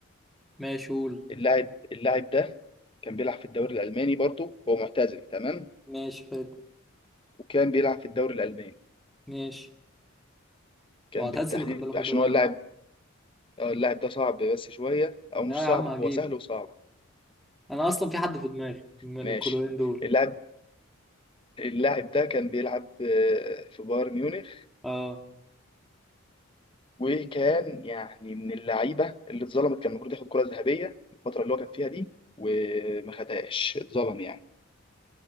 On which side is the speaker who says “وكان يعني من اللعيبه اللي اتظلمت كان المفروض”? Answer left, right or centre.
Left